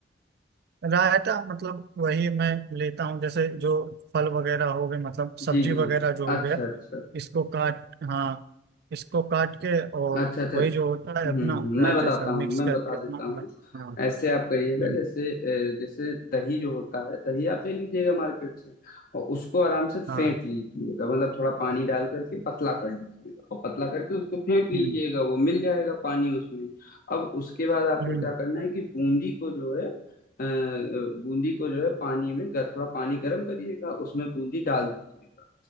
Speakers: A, on the right; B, on the left.
A: रायता मतलब वही मैं लेता हूँ जैसे जो फल वगैरह हो गए मतलब सब्जी
B: जी जी
A: वगैरह
B: जी
A: जो हो
B: अच्छा
A: गया
B: अच्छा
A: इसको काट हाँ इसको काट के और
B: अच्छा अच्छा
A: वही जो होता
B: हम्म
A: है अपना
B: हम्म,
A: रायते
B: मैं बताता
A: सर मिक्स
B: हूँ मैं
A: करके
B: बता
A: अपना
B: देता हूँ
A: हाँ
B: ऐसे आप करिएगा
A: हम्म
B: जैसे अ, जैसे दही जो होता है दही आप ले लीजिएगा मार्केट से और उसको आराम से फेंट
A: हाँ
B: लीजिएगा मतलब थोड़ा पानी डाल करके पतला कर लीजिएगा और पतला करके उसको फेंट लीजिएगा
A: हम्म
B: वो मिल जाएगा पानी उसमें अब उसके बाद आपको
A: हम्म
B: क्या करना है कि बूंदी को जो है अ, अ, बूंदी को जो है पानी में थोड़ा पानी गर्म करिएगा उसमें बूंदी डाल दीजिएगा